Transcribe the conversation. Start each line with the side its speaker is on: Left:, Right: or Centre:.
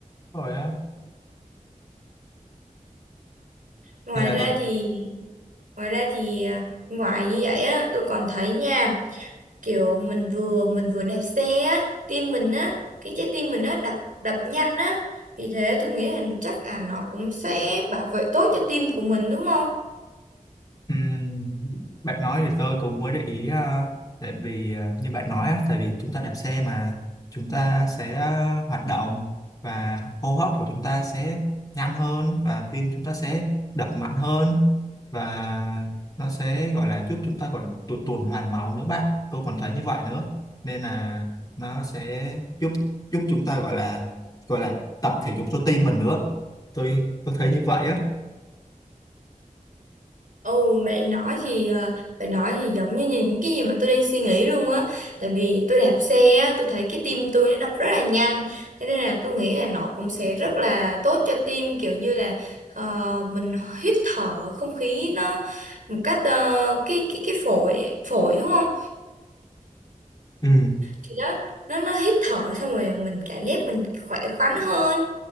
Left: rồi á
Right: Ngoài
Left: Vậy là
Right: ra
Left: tôi
Right: thì ngoài ra thì à, ngoài như vậy á tôi còn thấy nha kiểu mình vừa mình vừa đạp xe á tim mình á cái trái tim mình á đập đập nhanh á vì thế tôi nghĩ là chắc là nó cũng sẽ bảo vệ tốt cho tim của mình đúng không?
Left: ừm, bạn nói thì tôi cũng mới để ý à, tại vì à, như bạn nói á, tại vì chúng ta đạp xe mà chúng ta sẽ à, hoạt động và hô hấp của chúng ta sẽ nhanh hơn và tim chúng ta sẽ đập mạnh hơn và nó sẽ gọi là giúp chúng ta còn tu- tuần hoàn máu nữa bạn tôi còn thấy như vậy nữa nên là nó sẽ giúp giúp chúng ta gọi là gọi là tập thể dục cho tim mình nữa tôi tôi thấy như vậy á
Right: Ồ, bạn nói thì à, bạn nói thì giống như những cái gì mà tôi đang suy nghĩ luôn á tại vì tôi đạp xe á tôi thấy cái tim tôi nó đập rất là nhanh cho nên là tôi nghĩ là nó cũng sẽ rất là tốt cho tim kiểu như là ờ, mình hít thở không khí nó một cách ờ, cái cái cái phổi phổi đúng không
Left: ừ
Right: thì đó nó nó hít thở xong rồi mình cảm giác mình khỏe khoắn hơn